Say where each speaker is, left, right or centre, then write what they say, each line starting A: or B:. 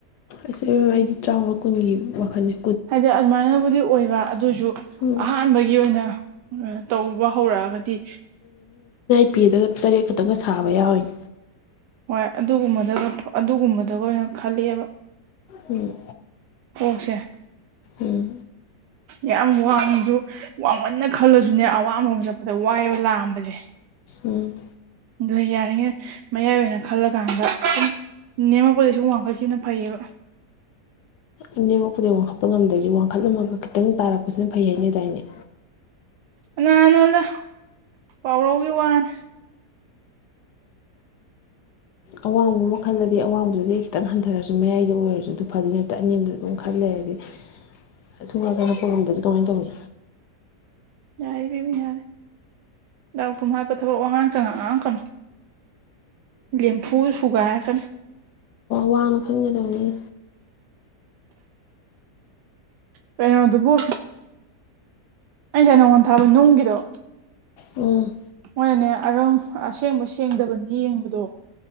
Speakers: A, on the left (about 75°); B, on the right (about 80°).
A: ꯑꯁ ꯑꯩꯗꯤ ꯇꯔꯥꯃꯉꯥ ꯀꯨꯟꯒꯤ ꯋꯥꯈꯜꯅꯤ
B: ꯍꯥꯏꯗꯤ ꯑꯗꯨꯃꯥꯏꯅꯕꯨꯗꯤ ꯑꯣꯏꯕ ꯑꯗꯨꯁꯨ
A: ꯎꯝ
B: ꯑꯍꯥꯟꯕꯒꯤ ꯑꯣꯏꯅ ꯇꯧ ꯋꯥ ꯍꯧꯔꯛꯑꯒꯗꯤ
A: ꯅꯥꯄꯤꯗꯒ ꯇꯔꯦꯠ ꯈꯛꯇꯪꯒ ꯁꯥꯕ ꯌꯥꯎꯋꯅꯤ
B: ꯍꯣꯏ ꯑꯗꯨꯒꯨꯝꯕꯗꯒ ꯑꯗꯨꯒꯨꯝꯕꯗꯒ ꯑꯣꯏꯅ ꯈꯂꯑꯦꯕ
A: ꯎꯝ
B: ꯑꯣꯁꯦ
A: ꯎꯝ
B: ꯌꯥꯝ ꯋꯥꯡꯃꯁꯨ ꯋꯥꯡꯃꯟꯅ ꯈꯜꯂꯁꯨꯅꯦ ꯑꯋꯥꯕ ꯑꯃ ꯆꯠꯄꯗ ꯋꯥꯏꯕ ꯂꯥꯛꯑꯝꯕꯁꯦ
A: ꯎꯝ
B: ꯑꯗꯨ ꯌꯥꯔꯤꯉꯩ ꯃꯌꯥꯏ ꯑꯣꯏꯅ ꯈꯜꯂꯀꯥꯟꯗ ꯅꯃ ꯀꯣꯂ ꯁ ꯋꯥꯡꯈꯠꯁꯤꯅ ꯐꯩꯌꯦꯕ
A: ꯑꯅꯤꯦꯝꯃꯛꯣꯛꯄꯗꯤꯩ ꯋꯥꯡꯈꯠꯄ ꯉꯝꯗ꯭ꯔꯗꯤ ꯋꯥꯡꯈꯠꯂꯝꯃꯒ ꯈꯤꯇꯪ ꯇꯥꯔꯛꯄꯁꯤꯅ ꯐꯩ ꯍꯥꯏꯅꯗꯥꯏꯅꯦ
B: ꯑꯉꯥꯡ ꯅꯗ ꯄꯥꯎꯔꯧꯒꯤ ꯋꯥꯅꯦ
A: ꯑꯋꯥꯡꯕ ꯑꯃ ꯈꯜꯂꯗꯤ ꯑꯋꯥꯡꯕꯗꯨꯗꯤ ꯑꯩ ꯈꯤꯇꯪ ꯍꯟꯊꯔꯁꯨ ꯃꯌꯥꯏꯗ ꯑꯣꯏꯔꯁꯨ ꯑꯗꯨ ꯐꯗꯤ ꯅꯠꯇ ꯑꯦꯝꯕꯗꯣ ꯑꯗꯨꯝ ꯈꯜꯂꯦ ꯍꯥꯏꯗꯤ
B: <inaudible>
A: ꯑꯁꯨꯝ ꯉꯇ ꯍꯥꯞꯄ ꯉꯝꯗꯗꯤ ꯀꯃꯥꯏꯅ ꯇꯧꯅꯤ
B: ꯌꯥꯔꯦ ꯄꯤꯕ ꯌꯥꯔꯦ ꯗꯥꯎ ꯊꯨꯝ ꯍꯥꯞꯄ ꯊꯕꯛ ꯋꯥꯉꯥꯡ ꯆꯉꯥꯡ ꯉꯥꯡꯥꯛ ꯀꯪꯅꯤ ꯂꯦꯝꯐꯨ ꯁꯨꯒꯥꯏꯒꯅ
A: ꯋꯥꯅ ꯈꯪꯒꯗꯕꯅꯤ
B: ꯀꯩꯅꯣꯗꯨꯕꯨ ꯑꯩ ꯉꯁꯥꯏ ꯅꯪꯉꯣꯟꯜ ꯊꯥꯕ ꯅꯨꯡꯒꯤꯗꯣ
A: ꯎꯝ
B: ꯃꯣꯏꯅꯅꯦ ꯑꯔꯪ ꯑꯁꯦꯡꯕ ꯁꯦꯡꯗꯕꯅꯤ ꯌꯦꯡꯕꯗꯣ